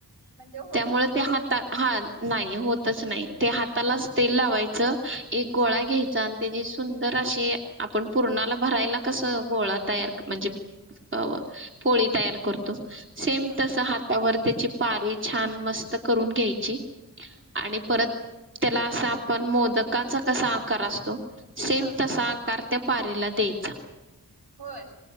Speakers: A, on the right; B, on the right.
A: म्हणजे होतच
B: त्यामुळे
A: नाही
B: हाता
A: वय ते?
B: हा नाही होतच नाही ते हातालाच तेल लावायचं. एक गोळा घ्यायचा आणि त्याजी सुंदर अशी आपण पूर्णाला भरायला कसं गोळा तयार म्हणजे अ ग पोळी तयार कर सेम
A: हा
B: तसा हातावर त्याची पारी छान मस्त करून घ्यायची
A: हम्म
B: आणि परत त्याला असा आपण मोदकाचा कसा आकार असतो सेम
A: हा
B: तसा आकार त्या पारेला द्यायचा
A: होय.